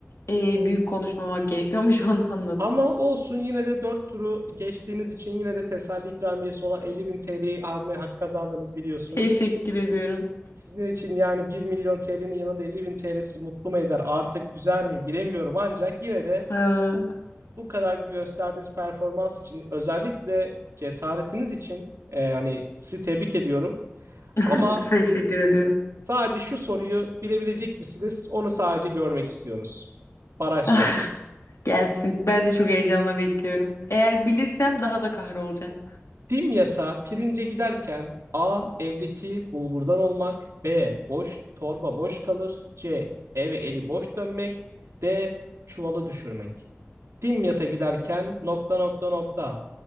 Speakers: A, on the left; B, on the right.
A: e, büyük konuşmamak gerekiyormuş <laughs> onu anladım.
B: Ama olsun yine de 4 turu geçtiğiniz için yine de teselli ikramiyesi olan 50 bin TL'yi almaya hak kazandınız biliyorsunuz.
A: Teşekkür ediyorum.
B: Sizin için yani bir milyon TL'nin yanında 50 bin TL'si mutlu mu eder artık üzer mi bilemiyorum. Ancak yine de
A: Aa,
B: bu kadar gösterdiğiniz performans için özellikle cesaretiniz için e, yani sizi tebrik ediyorum.
A: <laughs>
B: Ama
A: Teşekkür ediyorum.
B: sadece şu soruyu bilebilecek misiniz? Onu sadece görmek istiyoruz. Baraj
A: <laughs> Gelsin. Ben de çok heyecanla bekliyorum. Eğer bilirsem daha da kahrolacağım.
B: Dim yatağa pirince giderken A. Evdeki bulgurdan olmak. B. Boş torba boş kalır. C. Eve eli boş dönmek. D. Çuvalı düşürmek. Dim yata giderken nokta nokta nokta.